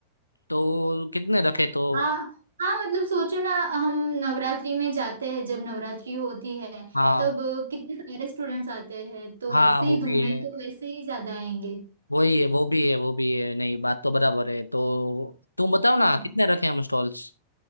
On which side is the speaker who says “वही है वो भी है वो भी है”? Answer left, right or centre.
Left